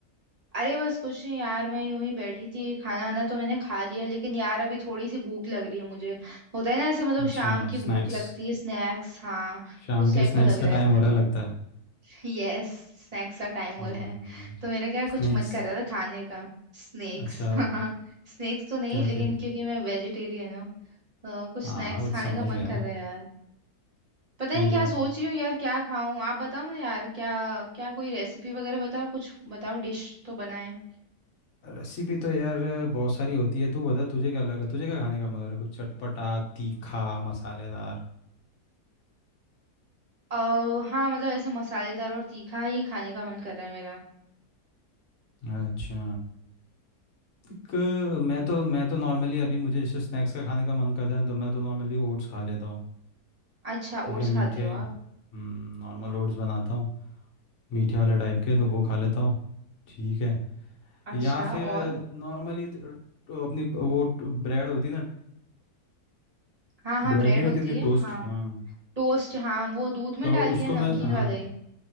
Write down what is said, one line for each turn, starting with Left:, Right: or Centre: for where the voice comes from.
Right: अरे बस कुछ नहीं यार मैं यूं ही बैठी थी खाना वाना तो मैंने खा लिया लेकिन यार अभी थोड़ी सी भूख लग रही है मुझे होता है ना ऐसे मतलब
Left: अच्छा
Right: शाम की
Left: स्नैक्स
Right: भूख लगती है स्नैक्स हाँ
Left: शाम
Right: उस
Left: के
Right: टाइप
Left: स्नैक्स
Right: का लग
Left: का
Right: रहा
Left: टाइम
Right: है
Left: हो रहा है लगता है
Right: <laughs> यस स्नैक्स का टाइम हो
Left: हम्म
Right: रहा है तो मेरा क्या
Left: स्नैक्स
Right: कुछ मन कर रहा था खाने का स्नैक्स
Left: अच्छा
Right: <laughs> हाँ स्नैक्स तो नहीं
Left: क्या
Right: लेकिन
Left: फिर
Right: क्योंकि मैं वेजिटेरियन हूँ तो कुछ
Left: हाँ
Right: स्नैक्स
Left: हाँ, वो
Right: खाने
Left: तो समझ
Right: का मन
Left: गया
Right: कर
Left: मैं
Right: रहा है यार पता
Left: ठीक
Right: नहीं क्या
Left: है
Right: सोच रही हूँ यार क्या खाऊं आप बताओ ना यार क्या क्या कोई रेसिपी वगैरह बताओ कुछ बताओ डिश तो बनाए
Left: रेसिपी तो यार बहुत सारी होती है तू बता तुझे क्या लग रहा है तुझे क्या खाने का मन हो रहा है कुछ चटपटा तीखा मसालेदार
Right: अः हाँ मतलब ऐसे मसालेदार और तीखा ही खाने का मन कर रहा है मेरा
Left: अच्छा एक मैं तो मैं तो नॉर्मली अभी मुझे जैसे स्नैक्स का खाने का मन करता है तो मैं तो नॉर्मली ओट्स खा लेता हूँ
Right: अच्छा
Left: ठीक
Right: ओट्स
Left: है मीठे
Right: खाते हो आप
Left: नॉर्मल ओट्स बनाता हूँ मीठे वाले टाइप के तो वो खा लेता हूँ ठीक है
Right: अच्छा
Left: या फिर
Right: और
Left: नॉर्मली तो, तो अपनी वो ब्रेड होती है ना
Right: हाँ हाँ
Left: ब्रेड
Right: ब्रेड
Left: नहीं होती
Right: होती
Left: अपनी
Right: है
Left: टोस्ट
Right: हाँ
Left: हाँ
Right: टोस्ट हाँ वो दूध में
Left: तो
Right: डाल
Left: उसको
Right: के है,
Left: मैं
Right: नमकीन
Left: हाँ
Right: वाले